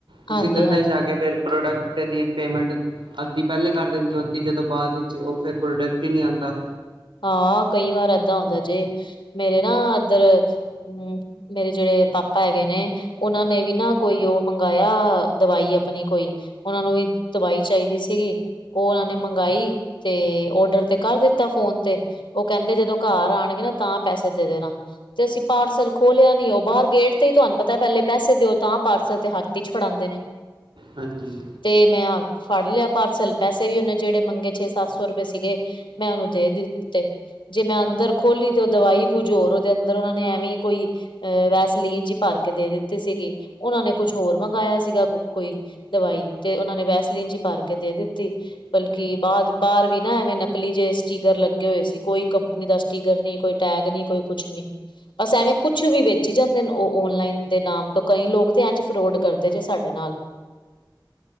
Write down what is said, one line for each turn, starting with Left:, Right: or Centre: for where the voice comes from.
Right: ਤੁਸੀਂ
Left: ਹਾਂਜੀ
Right: ਕਲਾ
Left: ਹਾਂਜੀ
Right: ਹੀ ਜਾ ਆ ਕੇ ਫਿਰ ਪ੍ਰੋਡਕਟ ਦੀ ਪੇਮੈਂਟ ਅੱਧੀ ਪਹਿਲੇ ਕਰ ਦਿੰਦੇ ਓ, ਅੱਧੀ ਜਦੋਂ ਬਾਅਦ ਵਿੱਚ ਉਹ ਫਿਰ ਪ੍ਰੋਡਕਟ ਹੀ ਨੀ ਆਂਦਾ।
Left: ਹਾਂ, ਕਈ ਵਾਰ ਏਦਾਂ ਆਉਂਦਾ ਜੇ, ਮੇਰੇ ਨਾ ਇੱਧਰ ਹਮ ਮੇਰੇ ਜਿਹੜੇ ਪਾਪਾ ਹੈਗੇ ਨੇ, ਉਹਨਾਂ ਨੇ ਵੀ ਨਾ ਕੋਈ ਉਹ ਮੰਗਾਇਆ, ਦਵਾਈ ਆਪਣੀ ਕੋਈ। ਉਹਨਾਂ ਨੂੰ ਵੀ ਦਵਾਈ ਚਾਹੀਦੀ ਸੀਗੀ। ਉਹਨਾਂ ਨੇ ਮੰਗਾਈ ਤੇ ਔਡਰ ਤੇ ਕਰ ਦਿੱਤਾ ਫੋਨ। ਤੇ ਉਹ ਕਹਿੰਦੇ ਜਦੋਂ ਘਰ ਆਣਗੇ ਨਾ ਤਾਂ ਪੈਸੇ ਦੇ ਦੇਣਾ। ਤੇ ਅਸੀਂ ਪਾਰਸਲ ਖੋਲਿਆ ਨੀ, ਉਹ ਬਾਹਰ ਗੇਟ ਤੇ ਹੀ ਤੁਹਾਨੂੰ ਪਤਾ ਪਹਿਲੇ ਪੈਸੇ ਦਿਓ ਤਾਂ ਪਾਰਸਲ ਤੇ ਹੱਥ ਹੀ ਵਿੱਚ ਫੜਾਂਦੇ ਦੇ ਨੇ। <unintelligible>
Right: ਹਾਂਜੀ।
Left: ਤੇ ਮੈਂ ਫੜ ਲਿਆ ਪਾਰਸਲ, ਪੈਸੇ ਵੀ ਉਹਨੇ ਜਿਹੜੇ ਮੰਗੇ ਛੇ, ਸੱਤ ਸੌ ਰੁਪਏ ਸੀਗੇ, ਮੈਂ ਉਹਨੂੰ ਦੇ ਦਿ ਤੇ, ਜੇ ਮੈਂ ਅੰਦਰ ਖੋਲੀ ਤੇ ਉਹ ਦਵਾਈ ਕੁਝ ਹੋਰ ਉਹਦੇ ਅੰਦਰ ਉਹਨਾ ਨੇ ਐਵੇਂ ਕੋਈ ਅਹ ਵੈਸਲੀਨ ਜੀ ਭਰ ਕੇ ਦੇ ਦਿੱਤੀ ਸੀਗੀ, ਉਹਨਾਂ ਨੇ ਕੁਛ ਹੋਰ ਮੰਗਾਇਆ ਸੀਗਾ ਕੋਈ ਦਵਾਈ ਤੇ ਉਹਨਾਂ ਨੇ ਵੈਸਲੀਨ ਜੀ ਭਰ ਕੇ ਦੇ ਦਿੱਤੀ। ਬਲਕਿ ਬਾਹਰ, ਬਾਹਰ ਵੀ ਨਾ ਐਵੇਂ ਨਕਲੀ ਜਿਹੇ ਸਟੀਕਰ ਲੱ ਗੇ ਹੋਏ ਸੀ, ਕੋਈ ਕੰਪਨੀ ਦਾ ਸਟੀਕਰਸ ਨੀ, ਕੋਈ ਟੈਗ ਨੀ, ਕੋਈ ਕੁਛ ਨੀ। ਬਸ ਐਵੇਂ ਕੁਛ ਵੀ ਵੇਚੀ ਜਾਂਦੇ ਨੇ ਉਹ ਔਨਲਾਈਨ ਦੇ ਨਾਮ ਤੋਂ, ਕਈ ਲੋਕ ਤੇ ਇਂਝ ਫਰੋਡ ਕਰਦੇ ਜੇ ਸਾਡੇ ਨਾਲ।